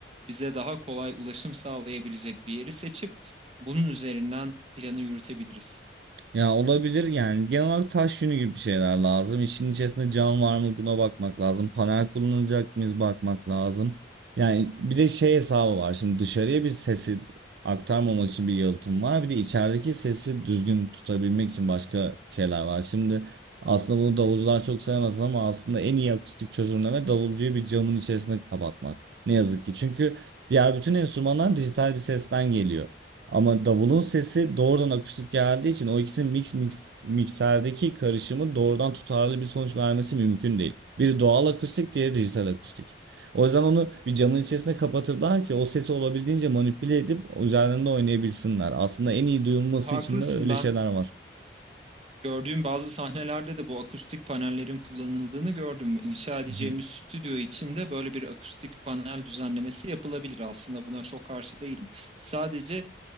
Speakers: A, on the right (about 30°); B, on the right (about 60°).
A: bize daha kolay ulaşım sağlayabilecek bir yeri seçip bunun üzerinden planı yürütebiliriz.
B: Ya olabilir yani genel olarak taş yünü gibi bir şeyler lazım. İşin içerisinde cam var mı buna bakmak lazım. Panel kullanacak mıyız bakmak lazım. Yani bir de şey hesabı var. Şimdi dışarıya bir sesi aktarmamak için bir yalıtım var. Bir de içerideki sesi düzgün tutabilmek için başka şeyler var. Şimdi aslında bunu davulcular çok sevmez ama aslında en iyi akustik çözümleme davulcuyu bir camın içerisine kapatmak. Ne yazık ki. Çünkü diğer bütün enstrümanlar dijital bir sesten geliyor. Ama davulun sesi doğrudan akustik geldiği için o ikisinin mix, mix mikserdeki karışımı doğrudan tutarlı bir sonuç vermesi mümkün değil. Biri doğal akustik, diğeri dijital akustik. O yüzden onu bir camın içerisine kapatırlar ki o sesi olabildiğince manipüle edip üzerlerinde oynayabilsinler. Aslında en iyi duyulması
A: Haklısın
B: için de öyle
A: ben
B: şeyler var.
A: Gördüğüm bazı sahnelerde de bu akustik panellerin kullanıldığını gördüm. İnşa edeceğimiz
B: <laughs>
A: stüdyo için de böyle bir akustik panel düzenlemesi yapılabilir. Aslında buna çok karşı değilim. Sadece